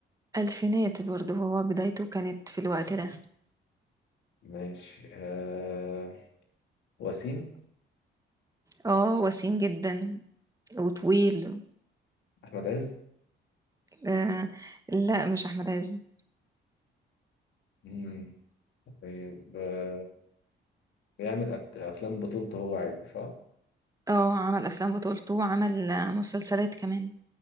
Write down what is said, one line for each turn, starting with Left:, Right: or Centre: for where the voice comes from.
Right: الفينات برضه هو بدايته كانت في الوقت ده
Left: ماشي آه، وسيم
Right: اه وسيم جدا وطويل
Left: أحمد عز
Right: آه لا مش احمد عز
Left: مم. طيب آه، بيعمل أب- أفلام بطولته هو عادي صح؟
Right: اه عمل افلام بطولته وعمل آه، مسلسلات كمان